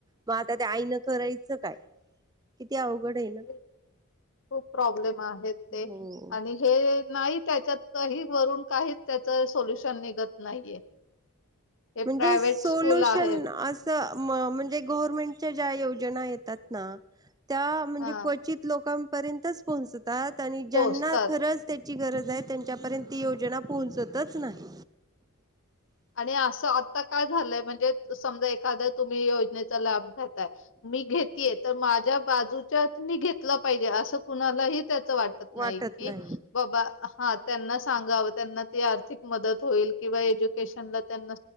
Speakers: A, on the right (about 15°); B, on the left (about 55°).
A: मग आता त्या आईनं करायचं काय किती अवघड आहे ना
B: ते खूप प्रॉब्लेम आहेत ते
A: हो
B: आणि हे नाही त्याच्यात काही वरून काहीच त्याच सोल्युशन निघत नाहीये <inaudible>
A: म्हणजे सोल्युशन
B: स्कूल आहेत.
A: अस म्हणजे गवर्मेंटच्या ज्या योजना येतात ना त्या म्हजे
B: हां.
A: क लोकांपर्यंतच पोहोचतात आणि
B: पोहोचतात
A: ज्यांना खरंच त्याची गरज आहे त्यांच्यापर्यंत ती योजना पोहोचतच नाही
B: आणि असं आता काय झालंय म्हणजे समजा एखाद्या तुम्ही योजनेचा लाभ घातताय मी घेतये तर माझ्या बाजूच्या म घेतला पाहिजे असं कुणालाही त्याच वाटत नाही
A: वाटत
B: कि
A: नाही
B: बाबा हा त्यांना सांगावं त्यांना ते मदत होईल किंवा एज्युकेशनला त्यांना